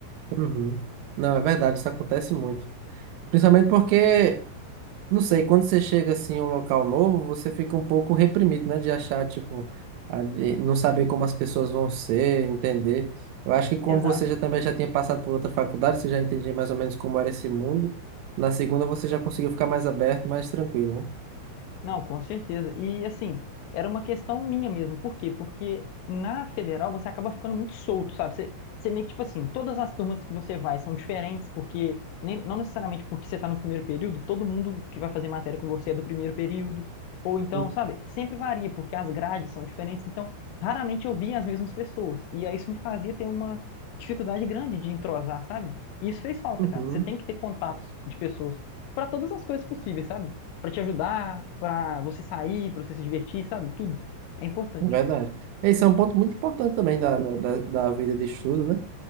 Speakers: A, on the right; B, on the left.
A: Uhum. Não, é verdade, isso acontece muito. Principalmente porque, não sei, quando você chega assim em um local novo, você fica um pouco reprimido, né? De achar, tipo, a- de não saber como as pessoas vão ser, entender. Eu acho que como
B: Exato.
A: você já também já tinha passado por outra faculdade, você já entendia mais ou menos como era esse mundo. Na segunda você já conseguiu ficar mais aberto, mais tranquilo,
B: Não, com certeza. E assim, era uma questão minha mesmo. Por quê? Porque na federal você acaba ficando muito solto, sabe? Você, você meio que, tipo assim, todas as turmas que você vai são diferentes, porque nem, não necessariamente porque você está no primeiro período, todo mundo que vai fazer matéria com você é do primeiro período. Ou então,
A: né?
B: sabe? Sempre varia, porque as grades são diferentes, então raramente eu via as mesmas pessoas. E aí isso me fazia ter uma dificuldade grande de entrosar, sabe? E isso fez falta,
A: Uhum.
B: cara. Você tem que ter contatos de pessoas para todas as coisas possíveis, sabe? para te ajudar, para você sair, para você se divertir, sabe? Tudo. É importante.
A: É verdade. Esse é um ponto muito importante também da, da, da da vida de estudo, né?